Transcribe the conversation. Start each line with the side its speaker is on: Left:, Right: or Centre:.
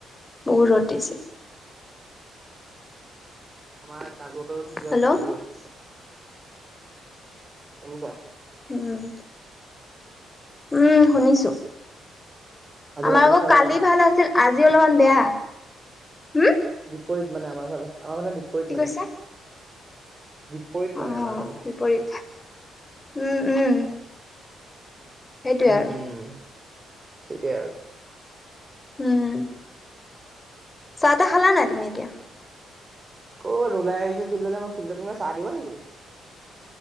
Left: বহুত ৰ'দ দিছে।
Right: তোমাৰ কালি বতৰটো ঠিকে
Left: হেল্ল'
Right: আছিলে, আজি ৰ'দ দিছে, শুনিছা?
Left: উম, উম, শুনিছোঁ।
Right: আজি
Left: আমাৰ
Right: ভাত পানী
Left: আকৌ
Right: খালা
Left: কালি
Right: নাই?
Left: ভাল আছিল, আজি অলপমান বেয়া। হুম?
Right: বিপৰীত মানে আমাৰ ফালে, আমাৰ মানে বিপৰীত
Left: কি কৈছা?
Right: মানে। বিপৰীত মানে
Left: অ',
Right: আমাৰ
Left: অ',
Right: ফালে।
Left: বিপৰীত উম, উম। সেইটোৱে
Right: উম,
Left: আৰু।
Right: উম, সেইটোৱে আৰু।
Left: উম, চাহ-তাহ খালানে নাই, তুমি এতিয়া?
Right: ক'ত ওলাই আহিছোঁ ফিল্ডলে মই, ফিল্ডত তোমাক চাহ দিব নেকি?